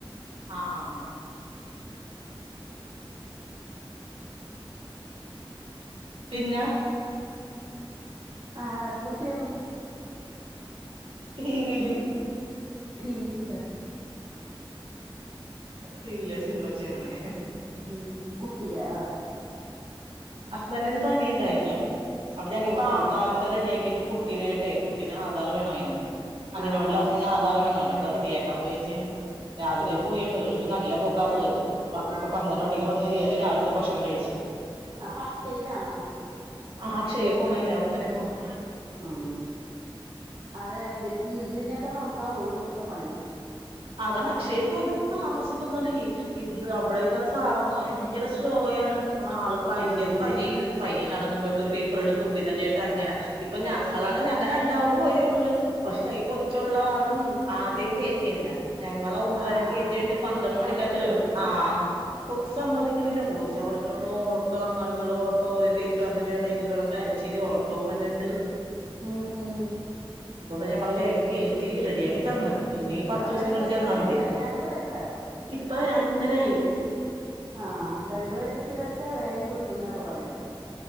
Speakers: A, on the right; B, on the right.
A: ആഹ് ആഹ് ആഹ് പിന്നെ
B: ആഹ് പൂച്ചയാണ്
A: രീതിയില്
B: ടീവിലാ
A: ടി വിയില് സിനിമ വെച്ചാണേ
B: ഉം കുട്ടിയാ ആഹ്
A: ഹസ്ബൻ്റിന്ന് പണി ഇണ്ടായില്ല അപ്പ ഞങ്ങക്കീ
B: ഓ
A: പാതാർൻ്റ
B: ശരി ശരി
A: റെഡിയാക്കിട്ട് കുട്ടീനായിട്ടെ ട്ടിന് ആധാർ വേണായിരുന്ന് അങ്ങനെയൊള്ള
B: ആ ആ
A: പിന്നെ ആധാറ് വേണല്ലോ ഇപ്പ റെഡിയാക്കാൻ പോയേച്ചന് രാവിലെ
B: ശരി
A: പോയണു
B: ശരി
A: ഒരു നല്ല പോ ക്കാൻ ഇപ്പ പന്ത്രണ്ട് മണിക്ക് വ കയറി രാവിലത്തെ ഭക്ഷണം കഴിച്ചു
B: അപ്പൊ അക്ഷയിലാണ്
A: ആഹ് അക്ഷേ പോണേ ല്ല അവിടെ തന്നെ പോണം
B: ഉം. അതെ ഇവർക്ക് ഇതിനൊക്കെ നടന്നാ ഒരു ദിവസത്തെ പണിയാണ്
A: അതാണ് അക്ഷയ പോയി നമുക്ക് താമസിക്കുന്നത് ഇന്ത് അവിടെര്ക്ക്ണ സാറ് ഭയങ്കര സ്ലോയാണ് ന ആള് പയ്യെ
B: ഉം.
A: പയ്യെ ഇര്ത് പയ്യെ നടന്ന് പോയിട്ട് ഒരു പേപ്പർ എടുക്കും പിന്നെ ചേട്ട് അങ്ങനെ ഇപ്പൊ ഞങ്ങളാണ് ഞങ്ങ രണ്ടാവു പോയ ഉളള് പക്ഷെ ഈ കൊച്ചുള്ള കരണം ആദ്യം കേറ്റിന്നെ ഞങ്ങള് ഒൻമ്പരക്ക്
B: ആ ആ
A: കേറ്റിയിട്ട്
B: കുട്ടിയുള്ളത്
A: പന്ത്രണ്ട് മണിക്കാ
B: കൊണ്ടല്ലേ
A: തീർ
B: ഇവർക്ക്
A: ആഹ് കൊച്ച് സമ്മതി <unintelligible> പോച്ചവിട ഓട്ടോ അങ്ങാടി ഇങ്ങ ഓട്ടോ ഓ പേപ്പർ അത് വേണം ഇത് വേണം കരച്ചിരി ഒറക്കം വര്ന്ണ്ട്
B: ഉം ഉം
A: ഞങ്ങള് വേഗം കേറ്റി റെഡിയാക്കി തന്ന് ഇനി പത്ത്
B: അപ്പോ
A: ദിവസം
B: ഇപ്പ
A: കഴിഞ്ഞിട്ട്
B: എത്ര
A: ചെന്നാ
B: വയസായി
A: മതി
B: രണ്ടു വയസായോ?
A: ഇപ്പൊ രണ്ടരായി
B: ആഹ് രണ്ട് വയസ് ഇതൊക്കെ വേ ട്ടോന്നൊക്കെ പറയണ കേക്കും